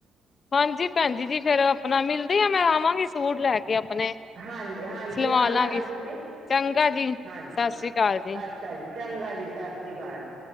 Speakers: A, on the left; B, on the right.
A: ਹਾਂਜੀ ਭੈਂਜੀ ਜੀ, ਫੇਰ ਆਪਨਾ ਮਿਲਦੇ ਆ, ਮੈਂ ਆਵਾਂਗੀ ਸੂਟ ਲੈ ਕੇ ਆਪਨੇ,
B: ਹਾਂਜੀ ਹਾਂਜੀ
A: ਸਿਲਵਾਲਾਗੀ।
B: ਆ ਜਾਣਾ ਤੁਸੀਂ
A: ਚੰਗਾ ਜੀ,
B: ਹਾਂਜੀ
A: ਸਸ੍ਰੀ ਕਾਲ ਜੀ।
B: ਅੱਛਾ ਜੀ, ਚੰਗਾ ਜੀ ਸਸ੍ਰੀ ਕਾਲ ਜੀ।